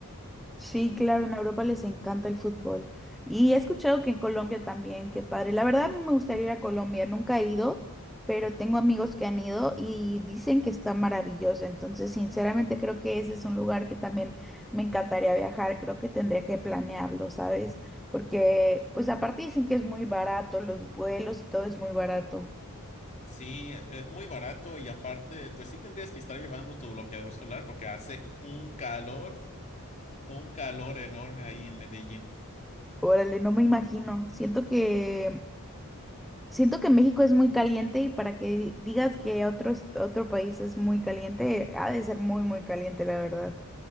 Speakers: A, in the centre; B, on the left.
A: Sí, claro, en Europa les encanta el fútbol. Y he escuchado que en Colombia también, qué padre. La verdad me gustaría ir a Colombia, nunca he ido, pero tengo amigos que han ido y dicen que está maravilloso. Entonces, sinceramente creo que ese es un lugar que también me encantaría viajar. Creo que tendría que planearlo, ¿sabes? Porque, pues aparte dicen que es muy barato, los vuelos y todo es muy barato.
B: Sí, e- es muy barato y aparte, pues sí tendrías que estar llevando tu bloqueador solar porque hace un calor, un calor enorme ahí en Medellín.
A: Órale, no me imagino. Siento que Siento que México es muy caliente y para que di- digas que otro, otro país es muy caliente, ha de ser muy, muy caliente, la verdad.